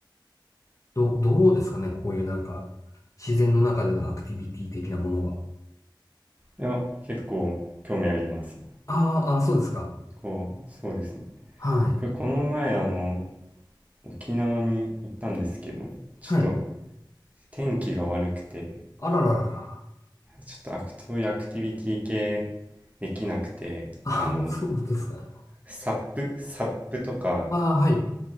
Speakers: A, on the left (about 40°); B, on the right (about 15°).
A: どう、どうですかね、こういうなんか、自然の中でのアクティビティ的なものは。
B: いや、結構興味あります。
A: あーあー、そうですか。
B: こう、そうですね。
A: はい。
B: 僕この前あの沖縄に行ったんですけどちょっと
A: はい。
B: 天気が悪くて
A: あらららら。
B: ちょっとアクトアクティビティ系できなくてあの
A: ああ、そうですか。
B: サップサップとか
A: ああ、はい。う